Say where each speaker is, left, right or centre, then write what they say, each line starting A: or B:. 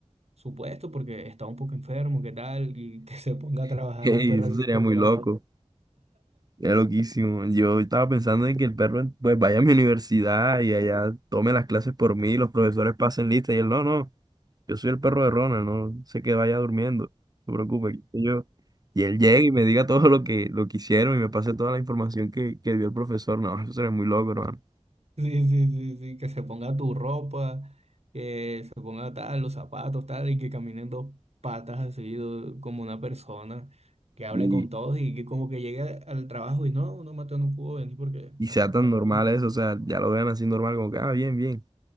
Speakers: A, on the right; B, on the right.
A: su puesto porque está un poco enfermo, ¿qué tal? Y que se ponga a trabajar
B: <laughs> Ey,
A: un perro
B: eso
A: así
B: sería
A: con
B: muy
A: gafas.
B: loco. Es loquísimo. Yo estaba pensando en que el perro pues vaya a mi universidad y allá tome las clases por mí, los profesores pasen lista y él no, no. Yo soy el perro de Ronald, no sé que vaya durmiendo. No se preocupe. que Yo, y él llegue y me diga todo lo que, lo que hicieron y me pase toda la información que, que dio el profesor. No, eso sería muy loco, hermano.
A: Sí, sí, sí, sí, que se ponga tu ropa, que se ponga tal, los zapatos, tal, y que caminen dos patas así do- como una persona, que hable
B: Y,
A: con todos y que como que llegue al trabajo y no, no, Mateo no pudo venir porque,
B: y
A: ajá,
B: sea
A: estaba
B: tan
A: enfermo.
B: normal eso, o sea, ya lo vean así normal, como que, ah, bien, bien.